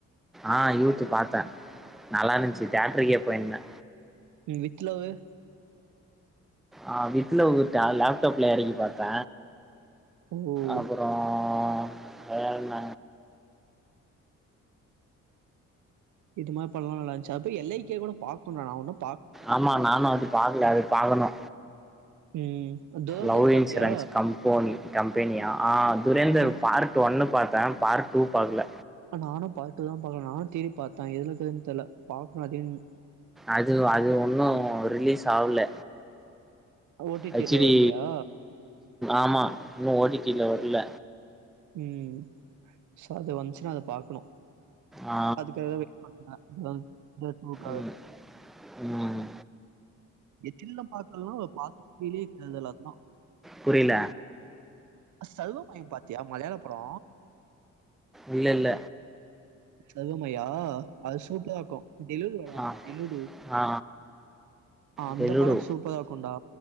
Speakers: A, in the centre; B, on the right (about 75°).
A: ஆ யூத்து பாத்த நல்லாருந்துச்சு தேட்ருக்கே போயிருந்தே
B: ம் வித் லவ்வு
A: ஆ வித் லவ் த லேப்டாப்ல எறக்கி பாத்த
B: ஓ
A: அப்ரோ ஆ வேற என்ன
B: இது மாரி படொலா நல்லாச்சி <unintelligible> கூட பாக்கணு நா இன்னு
A: ஆமா நானு அது பாக்கல அது பாக்கணு
B: ம் துரந்தர்
A: லவ்
B: பாத்தியா?
A: இன்சூரன்ஸ் கம்போனி கம்பெனியா துரேந்தர்
B: ம்.
A: பார்ட் ஒன்னு பாத்த பார்ட் டூ பாக்கல
B: நானு பார்டூ தா பாக்கணு நானு தேடி பாத்த எதுலக்குனு தெரில பாக்கணு அதனு
A: அது அது ஒன்னு ரிலீஸ் ஆகல
B: ஓ
A: ஹச்
B: ல
A: டி
B: வரலையா?
A: ஆமா இன்னு ஓடிடில வர்ல
B: ம் அது வந்துச்சுன்னா அது பாக்கணு
A: ஆ
B: அதுக்குற வெயிட் பண்ண ம் <unintelligible>
A: ம் ம்
B: எச் டி பாக்கலன்னா பாத்திலயே கதல தா
A: புரில
B: சர்வமயம் பாத்தியா மலையாள படோ
A: இல்ல இல்ல
B: சர்வமயோ அது சூப்ரா இருக்கு டெல்லூர் வோட
A: ஆ
B: டெல்லூடு
A: ஆ
B: அந்த
A: பெலுடு
B: படம் சூப்பரா இருக்குண்டா